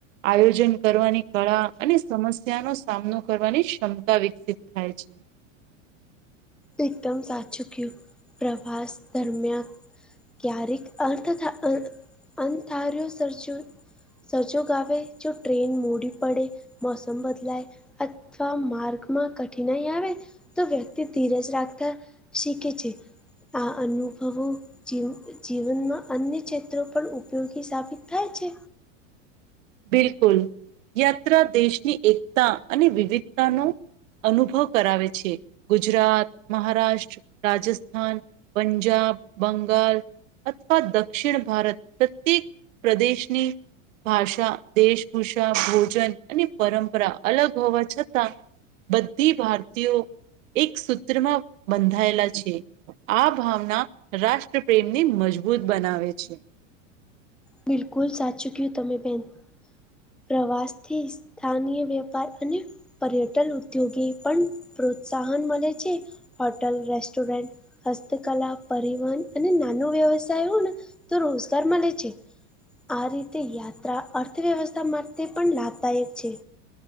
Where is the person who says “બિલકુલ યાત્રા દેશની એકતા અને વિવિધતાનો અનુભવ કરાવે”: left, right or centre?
Right